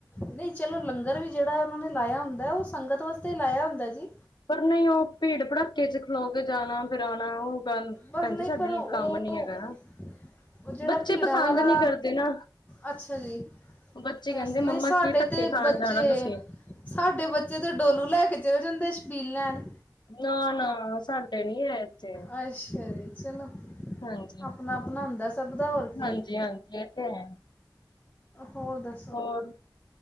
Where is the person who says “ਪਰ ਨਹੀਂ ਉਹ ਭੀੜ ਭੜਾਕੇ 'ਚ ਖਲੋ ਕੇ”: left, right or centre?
Left